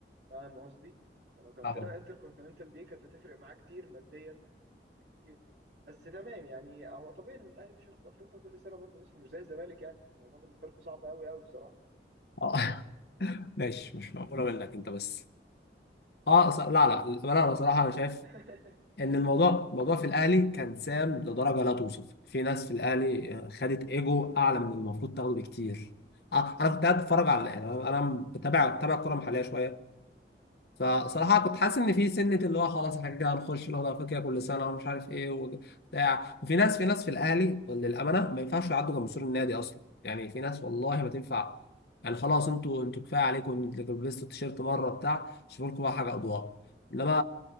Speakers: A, on the right; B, on the left.
A: فاهم قصدي فلو كان
B: آه
A: طلع انتر كونتيننتال دي كانت هتفرق معاه كتير ماديا وفلوس كتير بس تمام يعني هو طبيعي ان الاهلي مش هياخد افريقيا كل سنه برضه يوسف مش زي الزمالك يعني الموضوع بالنسبه لكم صعب قوي قوي بصراحه
B: آه <laughs> ماشي مش مقبولة منك أنت بس آه ص- لا لا للأمانة أنا صراحة أنا شايف
A: <laughs>
B: إن الموضوع الموضوع في الأهلي كان سام لدرجة لا توصف في ناس في الأهلي آه، خدت إيجو أعلى من المفروض تاخده بكتير آه أنا كنت قاعد بتفرج على يعني أنا أنا بتابع بتابع الكورة المحلية شوية فصراحة كنت حاسس إن في سنة اللي هو خلاص إحنا كده هنخش الأوضة أفريقيا كل سنة ومش عارف إيه وبتاع وفي ناس في ناس في الأهلي للأمانة ما ينفعش يعدوا جمهور النادي أصلا يعني في ناس والله ما تنفع يعني خلاص أنتوا أنتوا كفاية عليكم أنتوا لبستوا التيشيرت مرة بتاع شوفوا لكم بقى حاجة أضواء إنما